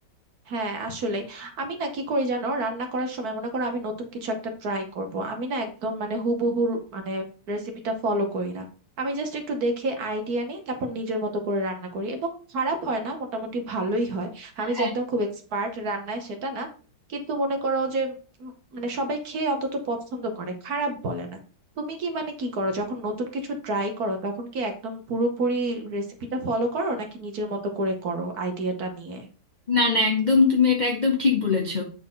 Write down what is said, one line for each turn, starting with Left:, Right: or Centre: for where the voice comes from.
Right: হ্যাঁ আসলে আমি না কি করি জানো রান্না করার সময় মনে করো আমি নতুন কিছু একটা ট্রাই করব আমি না একদম মানে হুবহু মানে রেসিপিটা ফলো করি না আমি জাস্ট একটু দেখে আইডিয়া নিই তারপর নিজের মতো করে রান্না করি এবং খারাপ হয় না মোটামুটি ভালোই হয় আমি
Left: হ্যাঁ,
Right: যে একদম খুব এক্সপার্ট রান্নায় সেটা না কিন্তু মনে করো যে উম, মানে সবাই খেয়ে অন্তত পছন্দ করে খারাপ বলে না তুমি কি মানে কি করো যখন নতুন কিছু ট্রাই করো তখন কি একদম পুরোপুরি রেসিপিটা ফলো করো নাকি নিজের মতো করে করো আইডিয়াটা নিয়ে
Left: না না একদম তুমি এটা একদম ঠিক বলেছো